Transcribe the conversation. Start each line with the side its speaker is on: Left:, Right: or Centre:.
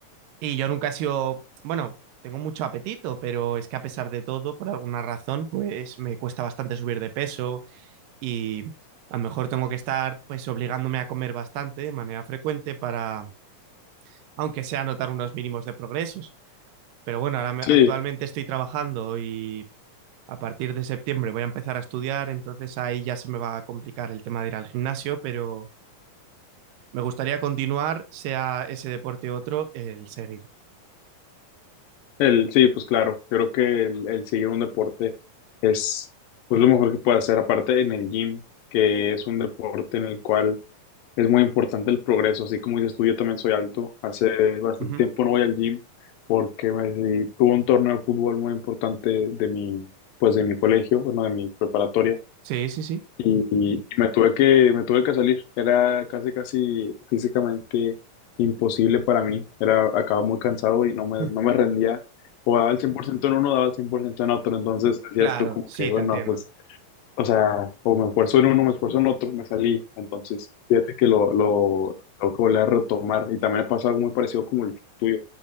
Right: Y yo nunca he sido, bueno, tengo mucho apetito, pero es que a pesar de todo, por alguna razón, pues me cuesta bastante subir de peso y a lo mejor tengo que estar pues obligándome a comer bastante de manera frecuente para, aunque sea notar unos mínimos de progresos. Pero bueno, ahora me-
Left: Sí,
Right: actualmente estoy trabajando y a partir de septiembre voy a empezar a estudiar, entonces ahí ya se me va a complicar el tema de ir al gimnasio, pero me gustaría continuar, sea ese deporte u otro, el seguir.
Left: El, sí, pues claro, yo creo que el, el seguir un deporte es pues lo mejor que puede hacer, aparte en el gym, que es un deporte en el cual es muy importante el progreso, así como dices tú, yo también soy alto, hace bastante
Right: Ujú.
Left: tiempo no voy al gym porque me, tuve un torneo de fútbol muy importante de mi, pues de mi colegio, bueno, de mi preparatoria
Right: Sí, sí, sí.
Left: y, y me tuve que, me tuve que salir. Era casi, casi físicamente imposible para mí. Era, acababa muy cansado y no me,
Right: <laughs>
Left: no me rendía. O daba el 100% en uno, daba el 100% en otro. Entonces decías
Right: Claro,
Left: tú como
Right: sí,
Left: que, bueno,
Right: te entiendo.
Left: pues, o sea, o me esfuerzo en uno, me esfuerzo en otro, me salí. Entonces, fíjate que lo, lo tengo que volver a retomar. Y también me pasa algo muy parecido como el tuyo.